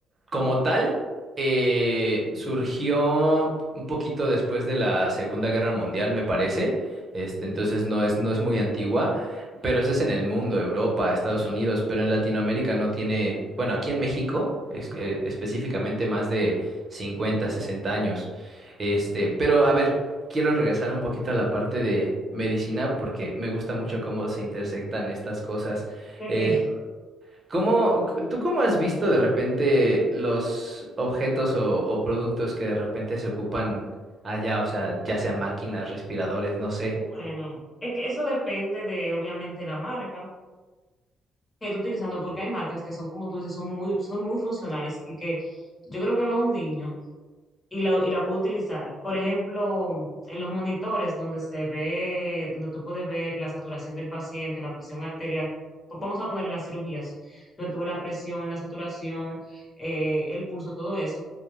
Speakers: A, on the right; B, on the left.
A: Como tal, eh, surgió un poquito después de la Segunda Guerra Mundial, me parece. Este, entonces no es, no es muy antigua, pero eso es en el mundo, Europa, Estados Unidos, pero en Latinoamérica no tiene, bueno, aquí en México, es- eh, específicamente más de 50, 60 años. Este, pero a ver, quiero regresar un poquito a la parte de medicina porque me gusta mucho cómo se intersectan estas cosas.
B: Ok.
A: Eh, ¿Cómo, tú cómo has visto de repente los objetos o, o productos que de repente se ocupan allá? O sea, ya sea máquinas, respiradores, no sé.
B: Bueno, es que eso depende de obviamente la marca que esté utilizando, porque hay marcas que son como tú dices, son muy, son muy funcionales y que yo creo que va un niño y la, y la puedo utilizar. Por ejemplo, en los monitores donde se ve, donde tú puedes ver la saturación del paciente, la presión arterial, p- vamos a poner en las cirugías, donde tú ves la presión, la saturación, eh, el pulso, todo eso.